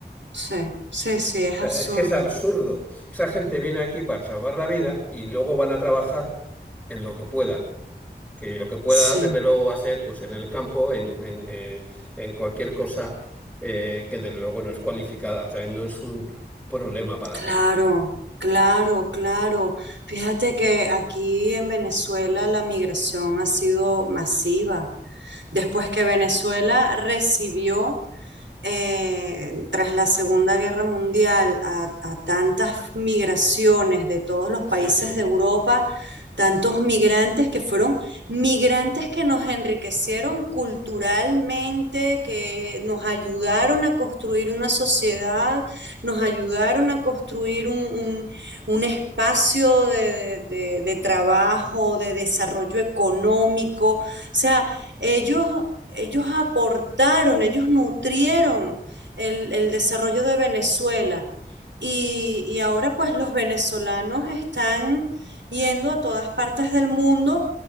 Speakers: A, on the right (about 85°); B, in the centre.
A: sí, sí, sí, es
B: sea,
A: absurdo.
B: es que es absurdo. Esa gente viene aquí para salvar la vida y luego van a trabajar en lo que pueda. Que lo que pueda,
A: Sí.
B: desde luego, va a ser pues en el campo, en, en, eh, en cualquier cosa eh, que desde luego no es cualificada. O sea, no es un problema para
A: Claro,
B: ti.
A: claro, claro. Fíjate que aquí en Venezuela la migración ha sido masiva. Después que Venezuela recibió eh, tras la Segunda Guerra Mundial a, a tantas migraciones de todos los
B: Sí,
A: países
B: sí,
A: de Europa, tantos migrantes que fueron migrantes que nos enriquecieron culturalmente, que nos ayudaron a construir una sociedad, nos ayudaron a construir un, un- un espacio de, de- de- de trabajo, de desarrollo económico. O sea, ellos ellos aportaron, ellos nutrieron el, el desarrollo de Venezuela. Y, y ahora pues los venezolanos están yendo a todas partes del mundo